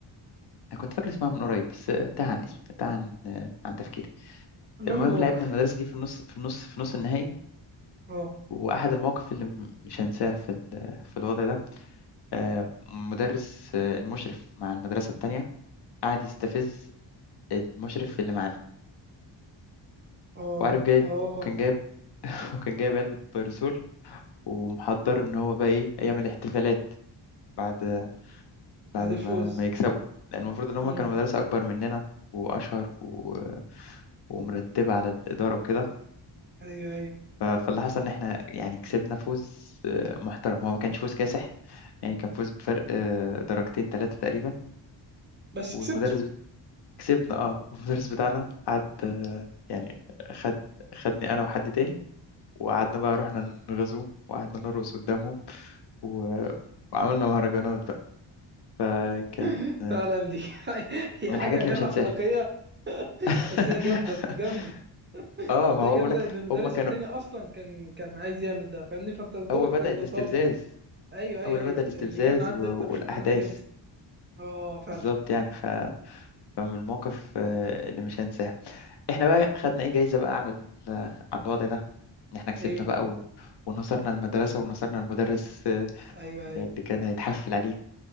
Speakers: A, on the left; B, on the right.
A: أنا كنت فاكر اسمها من قريب بس آه، تاه عن اسمي تاه عن آه، عن تفكيري
B: المهم
A: المهم
B: الموقف
A: لعبنا المدرسة دي في النص في النص في نص النهائي
B: اه
A: وأحد المواقف اللي م- مش هنساها في ال- في الوضع ده آه، مدرس آه، المشرف مع المدرسة التانية قعد يستفز المشرف اللي معانا
B: اه
A: وعارف جايب
B: اه
A: وكان جايب <laughs> وكان جايب علبة بيرسول ومحضر إن هو بقى إيه يعمل احتفالات بعد بعد
B: بعد
A: ما
B: الفوز
A: ما يكسبوا لأن المفروض إن هما
B: امم
A: كانوا مدرسة أكبر مننا وأشهر و... ومرتبة على الإدارة وكده
B: ايوه ايوه
A: ف- فاللي حصل إن إحنا يعني كسبنا فوز آه، محترم هو ما كانش فوز كاسح يعني كان فوز بفرق آه، درجتين ثلاثة تقريبا
B: بس
A: والمدرس
B: كسبته
A: كسبنا اه والمدرس بتاعنا قعد آه، يعني خد خدني انا وحد تاني وقعدنا بقى رحنا نغزوهم وقعدنا نرقص قدامهم و... وعملنا مهرجانات بقى فكان
B: <laughs>
A: آه،
B: فعلا دي <laughs> هي
A: من
B: حاجه
A: الحاجات اللي
B: غير
A: مش هنساها
B: اخلاقيه
A: <laughs>
B: بس هي جامده جامده
A: اه
B: بس
A: ما
B: هي
A: هو
B: جامده
A: بقول لك
B: ان المدرس
A: هم كانوا
B: التاني اصلا كان كان عايز يعمل ده فاهمني فانت دوبك
A: هو بدأ
B: رضيتها
A: الاستفزاز
B: له ايوه ايوه
A: هو اللي
B: ايوه
A: بدأ الاستفزاز
B: اللي جاي من عند
A: و...
B: انت مش
A: والاحداث
B: من عندك انت اه فعلا
A: بالظبط يعني فمن المواقف آه، اللي مش هنساها احنا بقى خدنا ايه جايزة بقى على ال- على الوضع ده ان احنا كسبنا
B: ايه
A: بقى و... ونصرنا المدرسة ونصرنا المدرس آه،
B: ايوه
A: اللي
B: ايوه
A: كان هيتحفل عليه